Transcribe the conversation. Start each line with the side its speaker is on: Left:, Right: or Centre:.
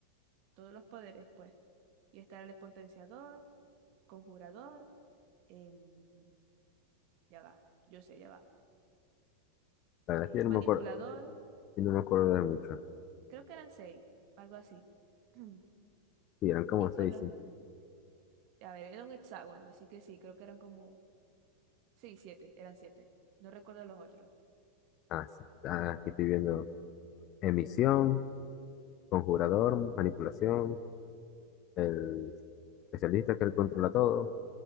Right: todos los poderes, pues. Y está el de potenciador, conjurador, em, ya va, yo sé, ya va.
Left: La verdad
Right: eh,
Left: es que yo no
Right: manipulador,
Left: me acuerdo, yo no me acuerdo de mucho.
Right: creo que eran seis, algo así. <clears throat>
Left: Sí, eran como
Right: Y por
Left: seis.
Right: los, a ver, era un hexágono, así que sí, creo que eran como, sí, siete, eran siete. No recuerdo los otros.
Left: Ah, sí. Ah, aquí estoy viendo emisión, conjurador, manipulación, el especialista que él controla todo,